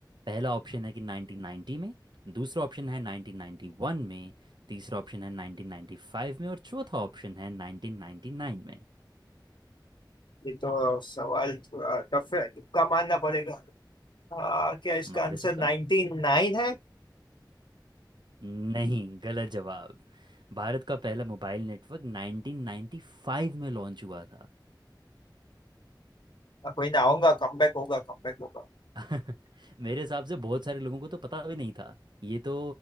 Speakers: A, on the right; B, on the left.
A: पहला ऑप्शन है कि 1990 में दूसरा ऑप्शन है 1991 में तीसरा ऑप्शन है 1995 में और चौथा ऑप्शन है 1999 में
B: ये तो सवाल थोड़ा टफ है तुक्का मानना पड़ेगा आ, क्या इसका
A: मारे
B: आंसर
A: तो का
B: 99 नाइन है
A: नहीं गलत जवाब भारत का पहला मोबाइल नेटवर्क 1995 में लॉन्च हुआ था
B: आ, कोई ना आऊंगा कमबैक होगा कमबैक होगा
A: <laughs> मेरे हिसाब से बहुत सारे लोगों को तो पता भी नहीं था ये तो